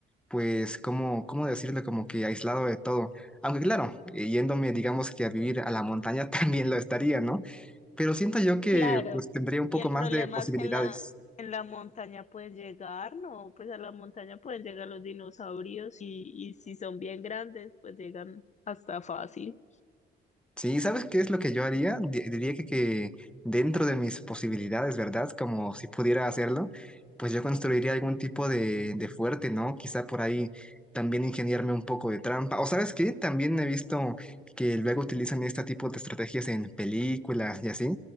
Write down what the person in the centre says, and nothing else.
pues, como, ¿cómo decirlo? Como que aislado de todo. Aunque claro, eh, yéndome, digamos que a vivir a la montaña <laughs> también lo estaría, ¿no? Pero siento yo que
pues tendría un poco
más
de posibilidades.
Sí, ¿sabes qué es lo que yo haría? Di- Diría que, que dentro de mis posibilidades, ¿verdad? Como si pudiera hacerlo, pues yo construiría algún tipo de, de fuerte, ¿no? Quizá por ahí también ingeniarme un poco de trampa. O ¿sabes qué? También he visto que luego utilizan este tipo de estrategias en películas y así,